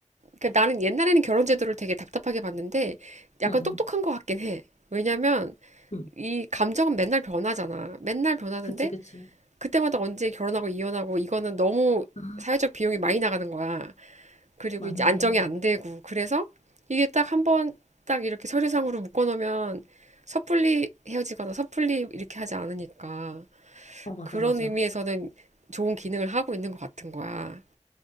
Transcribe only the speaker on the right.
그 나는 옛날에는 결혼 제도를 되게 답답하게 봤는데 약간
똑똑한 것 같긴 해. 왜냐면
이 감정은 맨날 변하잖아. 맨날 변하는데
그때마다 언제 결혼하고 이혼하고 이거는 너무
사회적 비용이 많이 나가는 거야. 그리고
이제 안정이 안 되고 그래서 이게 딱 한번 딱 이렇게 서류상으로 묶어놓으면 섣불리 헤어지거나 섣불리 이렇게 하지 않으니까
그런
의미에서는 좋은 기능을 하고 있는 것 같은 거야.